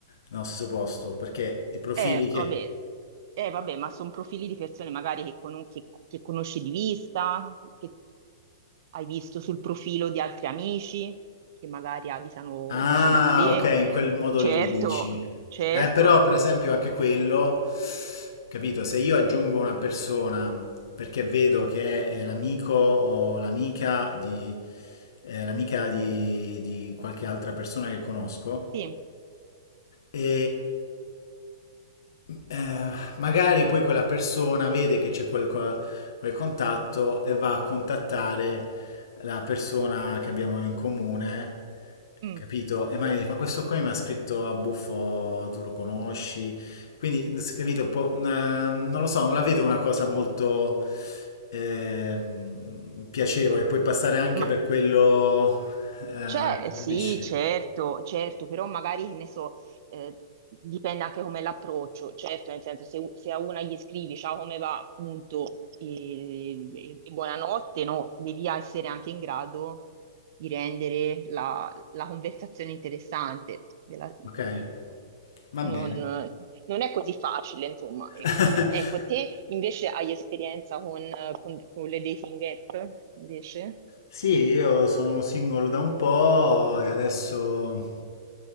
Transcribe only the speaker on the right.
Eh,
vabbè, eh, vabbè, ma sono profili di persone magari che, con- che- che conosci di vista, che hai visto sul profilo di altri amici, che magari abitano
vicino a te.
Certo,
certo,
sì.
Mm.
Ma
C'è, eh, sì,
certo, certo, però magari, che ne so, eh, dipende anche come l'approccio, certo, nel senso, se, se a una gli scrivi ciao come va, appunto, e, e- e buonanotte, no, devi essere anche in grado di rendere la, la conversazione interessante. della-
non,
non è così facile, insomma, ecco.
Ecco, te invece hai esperienza con, con- con le dating app, invece?